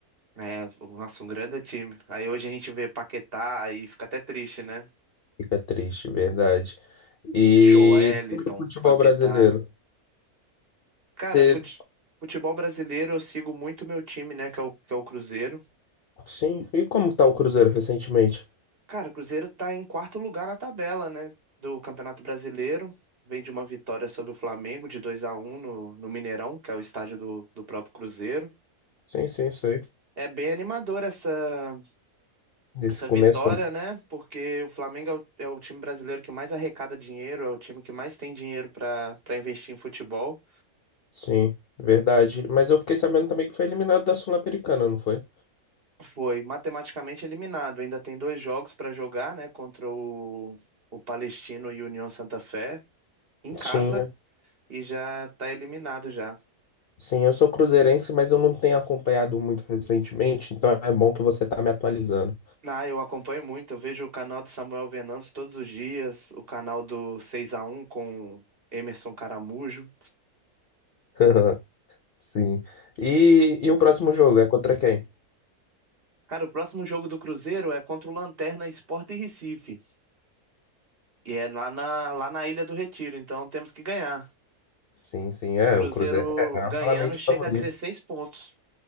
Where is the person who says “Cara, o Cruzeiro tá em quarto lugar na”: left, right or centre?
Right